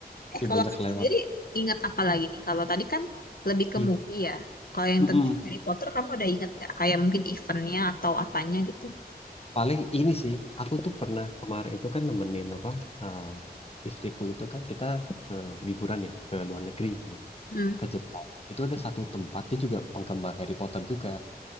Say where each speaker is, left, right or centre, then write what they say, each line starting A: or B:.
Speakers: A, on the left; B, on the left.
A: Eh
B: Ya,
A: kalau
B: banyak
A: kamu
B: lewat.
A: sendiri ingat apa lagi nih? Kalau tadi kan lebih ke
B: Gitu.
A: movie ya. Kalau yang
B: Mm-mm.
A: tentang Harry Potter kamu ada ingat nggak? Kayak mungkin eventnya atau apanya gitu?
B: Paling ini sih, aku tuh pernah kemarin itu kan nemenin apa eh, istriku itu kan kita ke liburan ya ke luar negeri kan,
A: Hmm.
B: ke Jepang. Itu ada satu tempat dia juga penggemar Harry Potter juga.